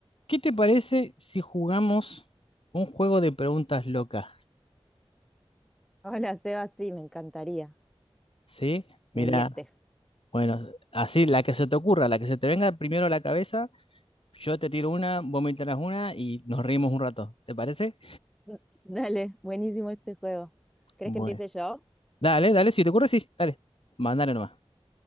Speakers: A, on the left (about 60°); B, in the centre.
A: ¿Qué te parece si jugamos un juego de preguntas locas?
B: Hola, Seba, sí, me encantaría,
A: ¿Sí? Mira,
B: me divierte.
A: bueno, así la que se te ocurra, la que se te venga primero a la cabeza, yo te tiro una, vos me tiras una y nos reímos un rato. ¿Te parece?
B: <laughs> Dale, buenísimo este juego. ¿Crees
A: Bueno,
B: que empiece yo?
A: dale, dale, si te ocurre, sí, dale, mandale nomás.